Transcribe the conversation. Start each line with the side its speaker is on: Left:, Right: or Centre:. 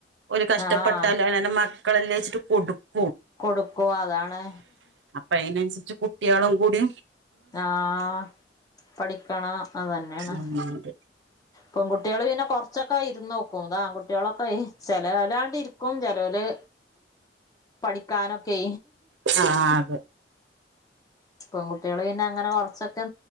Right: ഒരു കഷ്ടപ്പെട്ടാലോ
Left: ആഹ്
Right: അനെ മക്കളെല്ലാം വെച്ചിട്ട് കൊടുക്കും
Left: കൊടുക്കോ അതാണ്
Right: അപ്പ അതിനനുസരിച്ച് കുട്ടികളും കൂടി
Left: ആഹ പഠിക്കണം അത് തന്നെയാണ്
Right: ആഹ്
Left: പെൺകുട്ടികള് പിന്നെ കൊറച്ചൊക്കെ ഇരന്ന് നോക്കുംതാ ആൺകുട്ടികളൊക്കെ ചെലലാണ്ട് <unintelligible> ചെലോല് പഠിക്കാനൊക്കെ
Right: ആഹ് അതെ
Left: പെൺകുട്ടികള് പിന്നെ അങ്ങനെ കൊറച്ചൊക്കെ